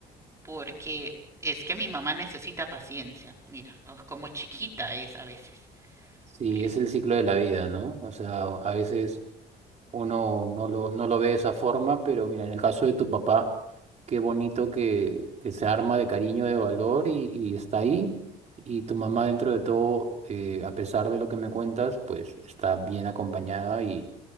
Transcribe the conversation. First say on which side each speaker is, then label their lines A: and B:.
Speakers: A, on the right (about 15°); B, on the right (about 40°).
A: porque es que mi mamá necesita paciencia. Mira, oh, como chiquita es a veces.
B: Sí,
A: Pero
B: es el ciclo de la vida, ¿no? O sea, a veces uno no lo, no lo ve de esa forma, pero mira, en el caso de tu papá, qué bonito que, que se arma de cariño, de valor y, y está ahí. Y tu mamá, dentro de todo, eh, a pesar de lo que me cuentas, pues está bien acompañada y,